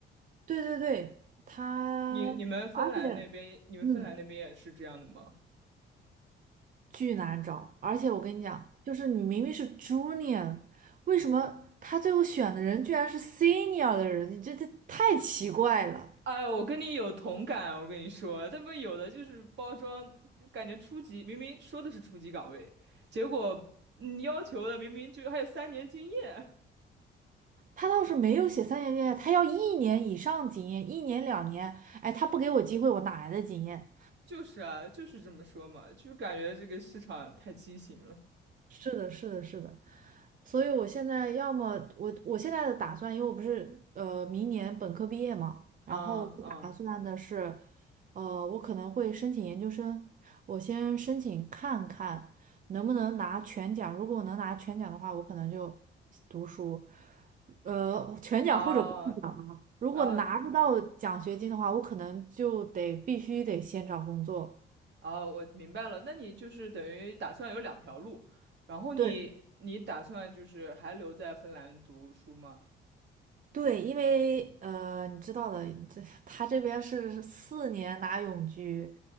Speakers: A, on the right (about 40°); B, on the right (about 60°).
A: 对对对，它而且
B: 你你们芬兰那边，你们芬兰那边也是这样的吗？
A: 嗯，巨难找。而且我跟你讲，就是你明明是 junior，为什么他最后选的人居然是 senior 的人？你这这太奇怪了。
B: 哎呦，我跟你有同感，我跟你说，他们有的就是包装，就感觉初级，明明说的是初级岗位，结果你要求的明明就还有三年经验，
A: 他倒是没有写三年经验，他要一年以上经验，一年两年。哎，他不给我机会，我哪来的经验？
B: <laughs> 就是啊，就是这么说嘛，就感觉这个市场太畸形了。
A: 是的，是的，是的，所以我现在要么我我现在的打算，因为我不是呃明年本科毕业嘛，然后我打算的是，
B: 啊啊
A: 呃，我可能会申请研究生，我先申请看看能不能拿全奖，如果我能拿全奖的话，我可能就读书，呃，全奖或者半奖嘛，
B: 啊
A: 如果拿不到奖学金的话，
B: 啊
A: 我可能就得必须得先找工作。
B: 啊！我明白了，那你就是等于打算有两条路，然后你你打算就是还留在芬兰读书吗？
A: 对。对，因为呃，你知道的，这他这边是四年拿永居，